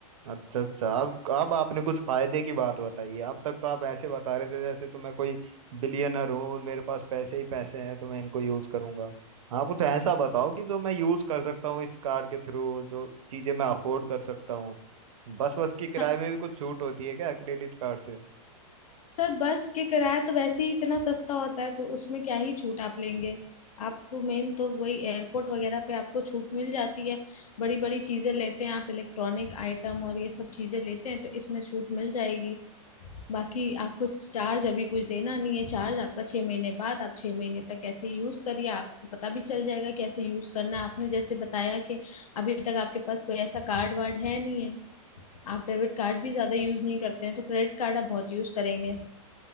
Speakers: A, on the right; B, on the left.
A: अच्छा अच्छा अब अब आपने कुछ फायदे की बात बताई है अब तक तो आप ऐसे बता रहे थे जैसे तो मैं कोई बिलियनर हूँ और मेरे पास पैसे ही पैसे हैं तो मैं इनको यूज करूंगा हाँ कुछ ऐसा बताओ कि जो मैं यूज कर सकता हूँ इस कार्ड के थ्रू जो चीजें मैं अफोर्ड कर सकता हूँ बस बस की किराए
B: हाँ,
A: में भी कुछ छूट होती है क्या क्रेडिट कार्ड से
B: सर बस के किराया तो वैसे ही इतना सस्ता होता है तो उसमें क्या ही छूट आप लेंगे आपको मेन तो वही एयरपोर्ट वगैरह पे आपको छूट मिल जाती है बड़ी बड़ी चीजें लेते हैं आप इलेक्ट्रॉनिक आइटम और ये सब चीजें लेते हैं तो इसमें छूट मिल जाएगी बाकी आपको चार्ज अभी कुछ देना नहीं है चार्ज आपका छह महीने बाद आप छह महीने तक कैसे यूज करिए आपको पता भी चल जाएगा कैसे यूज करना है आपने जैसे बताया कि अभी तक आपके पास कोई ऐसा कार्ड वार्ड है नहीं है आप डेबिट कार्ड भी ज्यादा यूज नहीं करते हैं तो क्रेडिट कार्ड आप बहुत यूज करेंगे